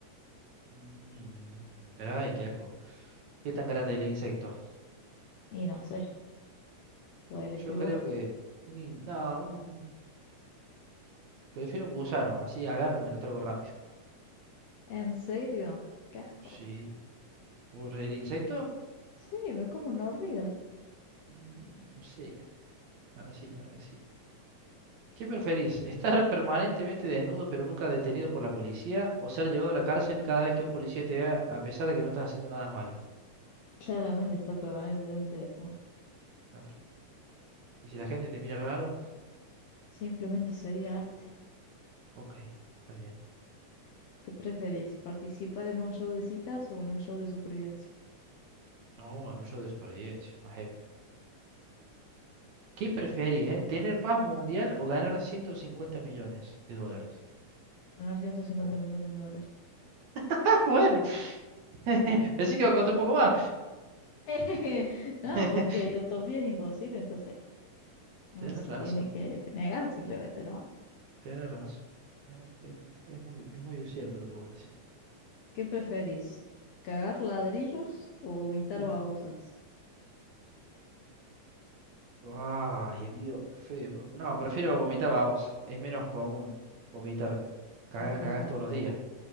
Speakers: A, on the right; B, on the left.
A: Mm, Ay, qué asco. ¿Qué tan grande es el insecto?
B: Y no sé, puedo elegir
A: Yo creo
B: vos.
A: que un, in- no, un prefiero un gusano, así agarro y me lo trago rápido.
B: ¿En serio? ¡Qué asco!
A: Sí. ¿Vos el insecto?
B: Sí, me como una hormiga.
A: Mm, No sé, ahora sí, la verdad que sí. ¿Qué preferís? ¿Estar <laughs> permanentemente desnudo pero nunca detenido por la policía o ser llevado a la cárcel cada vez que un policía te vea a pesar de que no estás haciendo nada malo?
B: Claramente estar permanentemente desnudo.
A: Claro. Y si la gente te mira raro,
B: Simplemente sería arte.
A: Ok, está bien.
B: ¿Qué preferís? ¿Participar en un show de citas o en un show de supervivencia?
A: No, anuncio de supervivencia, más épico. ¿Qué preferís, eh? ¿Tener paz mundial o ganar 150 millones de dólares?
B: Ganar 150
A: Oh,
B: millones de dólares.
A: <laughs> Bueno, <laughs> pensé que iba a costar un poco más.
B: <laughs> No,
A: <laughs>
B: porque la utopía es imposible, entonces uno
A: Tienes
B: se
A: razón,
B: tiene que negar simplemente, ¿no?
A: tienes razón. Eh, eh, Es muy, es muy cierto lo que vos decís.
B: ¿Qué preferís? ¿Cagar ladrillos o pintar
A: Uf,
B: babosas?
A: ay, Dios, qué feo. No, prefiero vomitar babos. Es menos común vomitar. Cagás,
B: Sí, tal
A: cagás
B: cual.
A: todos los días.